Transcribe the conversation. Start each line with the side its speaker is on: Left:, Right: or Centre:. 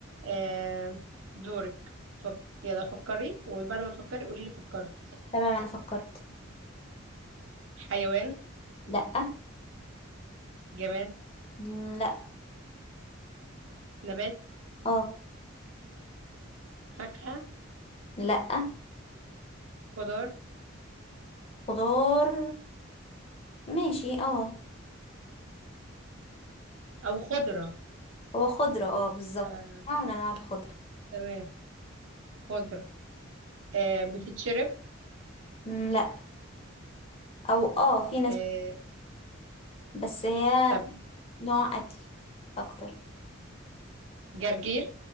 Right: آه دورك فك... يلا فكري وبعد ما تفكري قولي لي فكرت
Left: تمام انا فكرت
Right: حيوان
Left: لأ
Right: جماد
Left: مم، لأ
Right: نبات
Left: اه
Right: فاكهة
Left: لأ
Right: خضار
Left: خضار ماشي اه
Right: أو خضرة
Left: هو خضرة اه بالظبط
Right: آه
Left: نوع من انواع الخضرة
Right: تمام خضر آه بتتشرب
Left: مم، لأ او اه في ناس
Right: آه
Left: بس هي
Right: طب
Left: نوع اكل اكتر
Right: جرجير